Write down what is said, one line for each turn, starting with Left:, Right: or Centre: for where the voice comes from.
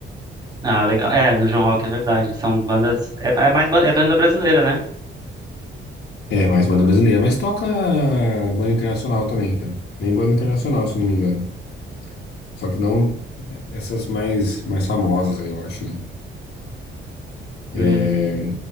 Right: Ah, legal. É, no João Rock é verdade. São bandas. É, é mais ba- é banda brasileira, né?
Left: É, mais banda brasileira, mas toca banda internacional também, cara. Vem banda internacional, se não me engano. Só que não essas mais, mais famosas aí, eu acho, né?
Right: Hum,
Left: É,